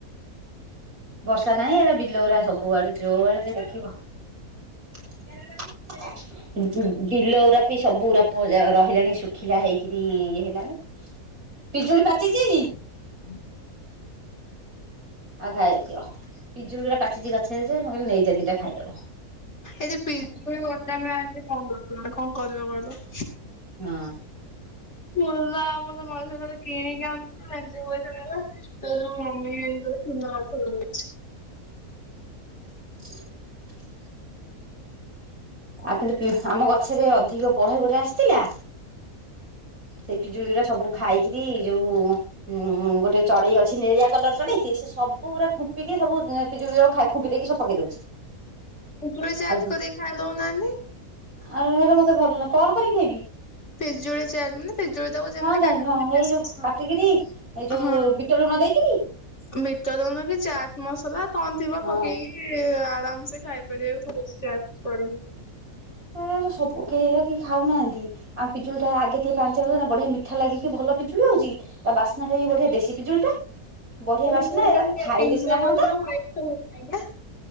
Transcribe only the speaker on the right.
ବର୍ଷା ନାହିଁ ଏଟା ବିଲଉରା ସବୁ ଆଡେ ଯୋଉ ଆଡେ ଯିଏ ଦେଖିବ। ଠିକ୍ ଅଛି। <unintelligible> ବିଲ ଉୁରା ପି ସବୁ ଉରା ପ-ଯା- ରହିଲାଣି ଶୁଖିଲା ହେଇକିରି ଇଏ ହେଲାଣି। ପିଜୁଳି ପାଚଚି?
ଆଉ ଖାଇଦିଅ, ପିଜୁଳି ଉଡା ପାଚିଚି ଗଛରେ ଯେ ମୁଁ କହିଲି ନେଇ ଯା ଦିଟା ଖାଇଦବୁ।
ହୁଁ।
<inaudible> ଆଉ କିନ୍ତୁ ପି-ଆମ ଗଛରେ ଅଧିକ ବହେଗୁରା ଆସିଥିଲା। ସେ ପିଜୁଳିରା ସବୁ ଖାଇକିରି ଯୋଉ ଉଁ, ଉଁ, ଗୋଟେ ଚଡେଇ ଅଛି ନିଳିଆ କଲର୍ ଚଢେଇଟି ସିଏ ସବୁ ପୁରା ଖୁମ୍ପିକି ସବୁ ଏଁ, ପିଜୁଳି ଯାକ ଖା -ଖୁମ୍ପି ଦେଇକି ସବୁ ପକେଇ ଦଉଛି।
ଆଉ
ଆଉ ସେଟା ମୋତେ ଭଲ, କଣ କରି ଖାଇବି?
ହଁ ଯାଇଁଲି
ହଁ ହେଇ
ଯୋଉ
କାଟିକିରି ଏଇ ଯୋଉ
ବିଟ ଲୁଣ ଦେଇକିରି
ହଁ
ଏ ସବୁ ଏରା କେହି ଖାଉନାହାନ୍ତି। ଆମ ପିଜୁଳି ଟା ଆଗେ ଟିକେ ପାଞ୍ଚି ବଢିଆ ମିଠା ଲାଗିକି ଭଲ ପିଜୁଳି ଆଉଛି। ତା ବାସ୍ନା ଟା ବି ବଢିଆ ଦେଶୀ ପିଜୁଳି ଟା। ବଢିଆ
ବାସନା
ଏରା
ଖାଇଲେ
ସିନା
ହଅନ୍ତା।